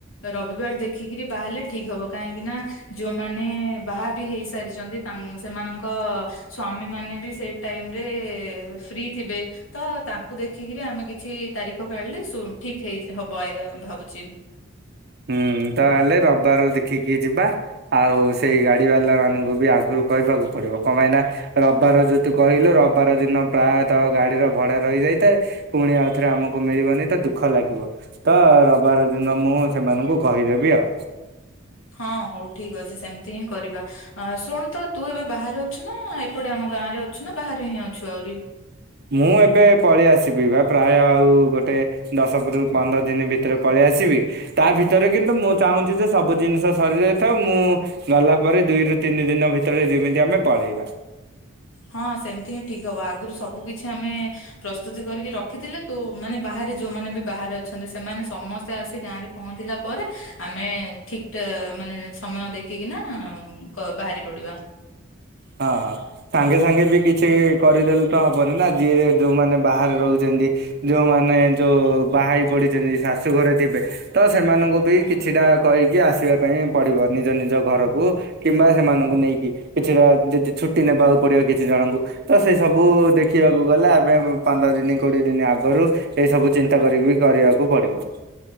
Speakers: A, on the left (about 75°); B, on the right (about 50°).
A: ରବିବାର ଦେଖିକିରି ବାହାରିଲେ ଠିକ ହବ। କାହିଁକି ନା ଯୋଉମାନେ ବାହା ବି ହେଇସାରିଛନ୍ତି ସେମାନଙ୍କ ସ୍ଵାମୀ ମାନେ ବି ସେ ଟାଇମ ରେ ଫ୍ରି ଥିବେ। ତ ତାଙ୍କୁ ଦେଖିକିରି ଆମେ କିଛି ତାରିଖ କାଢିଲେ ଠିକ ହେଇ ହବ ଭାବୁଛି।
B: ହୁଁ ତାହେଲେ ରବିବାର ଦେଖିକି ଯିବା। ଆଉ ସେଇ ଗାଡ଼ି ବାଲାମାନଙ୍କୁ ବି ଆଗରୁ କହିବାକୁ ପଡ଼ିବ। କଣ ପାଇଁନା ରବିବାର ଯୋତୁ କହିଲୁ ରବିବାର ଦିନ ପ୍ରାୟତଃ ଗାଡିର ଭଡା ରହିଯାଇଥାଏ। ପୁଣି ଆଉଥରେ ଆମକୁ ମିଳିବନି ତ ଦୁଃଖ ଲାଗିବ। ତ ରବିବାର ଦିନ ମୁଁ ସେମାନଙ୍କୁ କହିଦେବି ଆଉ।
A: ହଁ ହଉ ଠିକ ଅଛି ସେମିତି ହିଁ କରିବା ଶୁଣୁ ତ ତୁ ଏବେ ବାହାରେ ଅଛୁ ନା ଏପଟେ ଆମ ଗାଁ ରେ ଅଛୁ ନା ବାହାରେ ହିଁ ଅଛୁ ଆହୁରି।
B: ମୁଁ ଏବେ ପଳେଇ ଆସିିବି ବା ପ୍ରାୟ ଆଉ ଗୋଟେ ଦଶରୁ ପନ୍ଦର ଦିନ ଭିତରେ ପଳେଇ ଆସିବି। ତା ଭିତରେ କିନ୍ତୁ ମୁଁ ଚାହୁଁଛି ଯେ ସବୁ ଜିନିଷ ସରି ଯାଇଥାଉ। ମୁଁ ଗଲା ପରେ ଦୁଇରୁୁ ତିନି ଦିନ ଭିତରେ ଯେମିତି ଆମେ ପଳେଇବା।
A: ହଁ ସେମତି ହିଁ ଠିକ୍ ହବ ଆଗରୁ ସବୁ କିଛି ଆମେ ପ୍ରସ୍ତୁତି କରିକି ରଖିଥିଲେ ତୁ ମାନେ ବାହାରେ ଯୋଉମାନେ ବି ବାହାରେ ଅଛନ୍ତି। ସେମାନେ ସମସ୍ତେ ଆସି ଗାଁ ରେ ପହଞ୍ଚିଲା ପରେ ଆମେ ଠିକ ମାନେ ସମୟ ଦେଖିକିନା ବାହାରି ପଡିବା।
B: ହଁ। ସାଙ୍ଗେ ସାଙ୍ଗେ ବି କିଛି କରିଦେଲେ ତ ହବନି ନା ଯିଏ ଯୋଉମାନେ ବାହାରେ ରହୁଛନ୍ତି। ଯୋଉମାନେ ଯୋଉ ବାହା ହେଇ ପଡିଛନ୍ତି ଶାଶୁ ଘରେ ଥିବେ ତ ସେମାନଙ୍କୁ ବି କିଛିଟା କହିକି ଆସିବା ପାଇଁ ପଡିବ ନିଜ ନିଜ ଘରକୁ କିମ୍ବା ସେମାନଙ୍କୁ ନେଇକି କିଛିଟା ଯଦି ଛୁଟି ନେବାକୁ ପଡିବ କିଛି ଜଣଙ୍କୁ ତ ସେ ସବୁ ଦେଖିବାକୁ ଗଲା ଆମେ ପନ୍ଦର ଦିନ କୋଡିଏ ଦିନ ଆଗରୁ ଏଇ ସବୁ ଚିନ୍ତା କରିକି ବି କରିବାକୁ ପଡିବ।